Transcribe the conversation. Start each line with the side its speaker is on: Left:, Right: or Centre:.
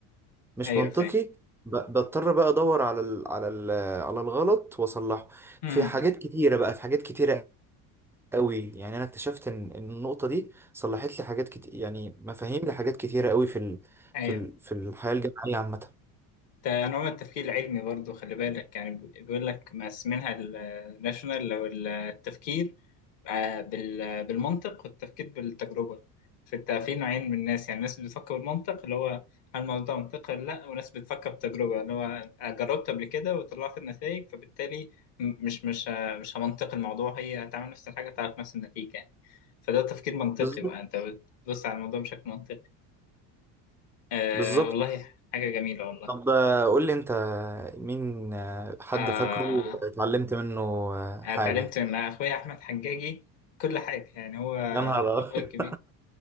Centre: مش
Left: ايوه
Centre: منطقي
Left: فاهم
Centre: ب- بضطر بقى أدور على ال على ال على الغلط وأصلحه
Left: مم.
Centre: في حاجات كتيرة بقى في حاجات كتيرة قوي يعني انا اكتشفت ان إن النقطه دي صلحت لي حاجات كتير يعني مفاهيم لحاجات كتيره قوي في ال...
Left: ايوه
Centre: في ال... في الحياه الجامعيه عامه
Left: ده نوع من التفكير العلمي برضه خلي بالك يعني بي- بيقول لك مقسمينها الناشونال لو التفكير آه، بال- بالمنطق والتفكير بالتجربة فانت في نوعين من الناس يعني ناس بتفكر بالمنطق اللي هو هل الموضوع ده منطقي ولا لا وناس بتفكر بتجربة اللي هو جربت قبل كده وطلعت النتائج فبالتالي م- مش مش ه- مش همنطق الموضوع هي هتعمل نفس الحاجة تعرف نفس النتيجة يعني فده تفكير منطقي
Centre: بالظبط
Left: بقى انت بتبص على الموضوع بشكل منطقي آه
Centre: بالظبط
Left: والله حاجة جميلة والله
Centre: طب آه، قول لي انت مين آه، حد
Left: آه
Centre: فاكره اتعلمت منه آه،
Left: اتعلمت
Centre: حاجه
Left: من اخويا احمد حجاجي كل حاجه يعني هو
Centre: يا نهار
Left: اخويا
Centre: أبيض.
Left: الكبير